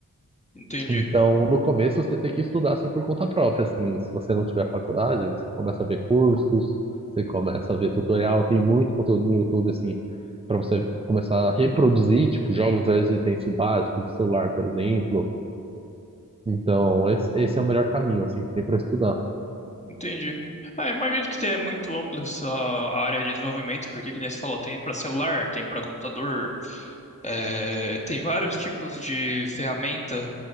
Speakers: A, on the left (about 20°); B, on the right (about 20°).
A: entendi,
B: Então, no começo, você tem que estudar assim por conta própria, assim, se você não tiver faculdade, você começa a ver cursos, você começa a ver tutorial, tem muito conteúdo no YouTube, assim, para você começar a reproduzir, tipo, jogos já existentes básicos de celular, por exemplo. Então, esse, esse é o melhor caminho, assim, que tem para estudar.
A: entendi. Ah, imagino que tenha muito ampla essa área de desenvolvimento, porque, que nem você falou, tem para celular, tem para computador, é, tem vários tipos de ferramenta